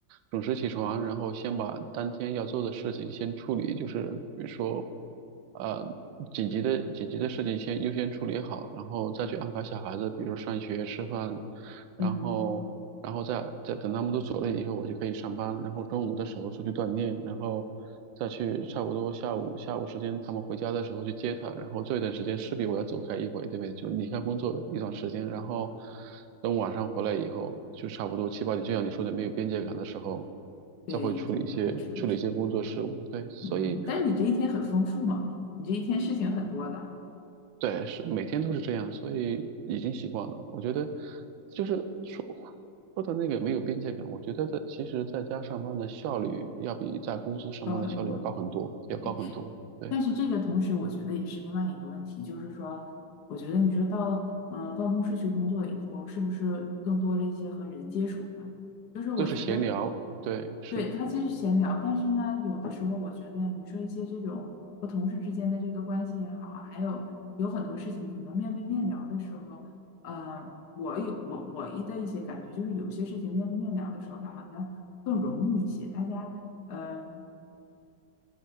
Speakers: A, on the right; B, on the left.
A: 准时起床，然后先把当天要做的事情先处理，就是比如说，呃，紧急的紧急的事情先优先处理好，然后再去安排小孩子，比如上学、吃饭，然后然后再再等他们都走了以后，
B: 嗯，
A: 我就可以上班，然后中午的时候出去锻炼，然后再去差不多下午下午时间他们回家的时候去接他，然后这一段时间势必我要走开一回，对不对？就离开工作一段时间，然后等晚上回来以后，就差不多七八点，就像你说的没有边界感的时候，
B: 对，
A: 再会处理一些处理一些工作事务，
B: 你就让他处理。
A: 对，所以。
B: 嗯，但是你这一天很丰富嘛，你这一天事情很多的，
A: 对，是每天都是这样，所以已经习惯了。我觉得就是说说的那个没有边界感，我觉得在其实在家上班的效率要比在公司上班的效率要高很多，
B: 高很多。
A: 要高很多。
B: OK，
A: 对，
B: 但是这个同时，我觉得也是另外一个问题，就是说，我觉得你说到嗯、呃办公室去工作以后，是不是更多了一些和人接触呢？就是我觉得
A: 都是闲聊，对，是。
B: 对，他其实闲聊，但是呢，有的时候我觉得你说一些这种和同事之间的这个关系也好啊，还有有很多事情，可能面对面聊的时候，呃，我有我我一的一些感觉，就是有些事情面对面聊的时候，它好像更容易一些。大家，嗯、